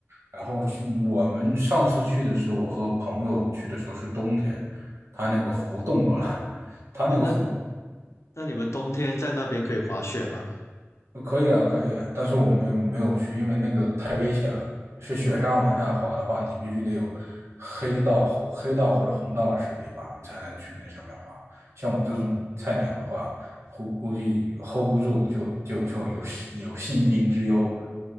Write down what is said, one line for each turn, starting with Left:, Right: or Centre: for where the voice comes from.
Right: 然后是我们上次去的时候，我和朋友去的时候是冬天，它那个湖冻住了，它那个湖。
Left: 呃，那那你们冬天在那边可以滑雪吗？
Right: 呃可以啊，可以啊，但是我没有没有去，因为那个太危险了。是雪山往下滑的话，你必须得有黑道、黑道或者红道的实力吧，你才能去那上面滑。像我这种菜鸟的话，估估计 hold 不住就，就就有有性命之忧。